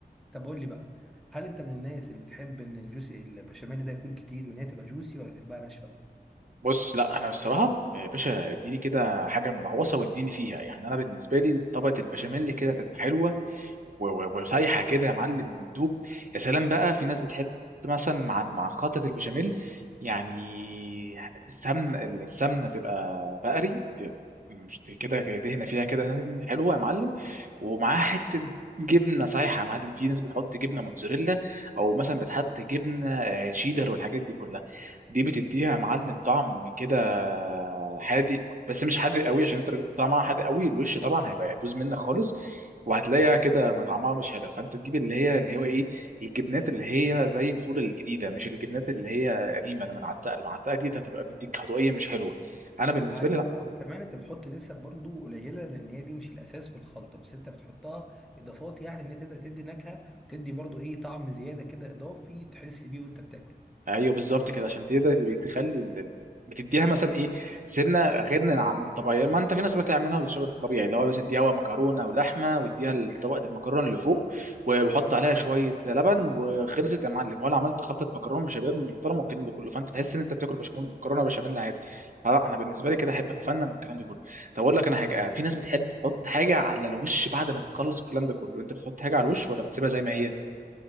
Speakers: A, in the centre; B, on the right (about 50°).
A: طب قول لي بقى هل انت من الناس اللي بتحب ان الجوسي البشاميل ده يكون كتير وان هي تبقى جوسي ولا تحبها ناشفه
B: بص لا انا بصراحه يا باشا اديني كده حاجه من الغوصه واديني فيها يعني انا بالنسبه لي طبقه البشاميل كده تبقى حلوه و- و- وسايحه كده يا معلم وبتدوب يا سلام بقى في ناس بتحب مثلا مع مع خلطه البشاميل يعني السمن السمنه تبقى بقري مش كده كده دهنه فيها كده حلوه يا معلم ومعاها حته جبنه سايحه يا معلم في ناس بتحط جبنه موتزاريلا او مثلا بتحط جبنه آه، شيدر والحاجات دي كلها دي بتديها يا معلم طعم كده حادق بس مش حادق قوي عشان انت لو جبت طعمها حادق قوي الوش طبعا هيبقى يبوظ منك خالص وهتلاقيها كده ما طعمها مش حلو فانت تجيب اللي هي اللي هو ايه الجبنات اللي هي زي ما تقول الجديده مش الجبنات اللي هي قديمه لما تعتق المعتقه دي هتبقى بتديك خطويه مش حلوه انا بالنسبه
A: ايوه
B: لي
A: وكمان انت بتحط نسب برضو قليله لان هي دي مش الاساس في الخلطه بس انت بتحطها اضافات يعني ان هي تبدا تدي نكهه تدي برضو ايه طعم زياده كده اضافي تحس بيه وانت بتاكل
B: ايوه بالظبط كده عشان دي ده اللي بتخلي ال- بتديها مثلا ايه سنه غير عن الطبيعيه ما انت في ناس بتعملها للشغل الطبيعي اللي هو بس اديها مكرونه ولحمه واديها طبقه المكرونه اللي فوق وحط عليها شويه لبن وخلصت يا معلم ولا عملت خلطه مكرونه شباب محترمه والكلام ده كله فانت تحس ان انت بتاكل بشاميل مكرونه بشاميل عادي لا انا بالنسبه لي كده احب اتفنن والكلام ده كله طب اقول لك انا حاجه في ناس بتحب تحط حاجه على الوش بعد ما تخلص الكلام ده كله انت بتحط حاجه على الوش ولا بتسيبها زي ما هي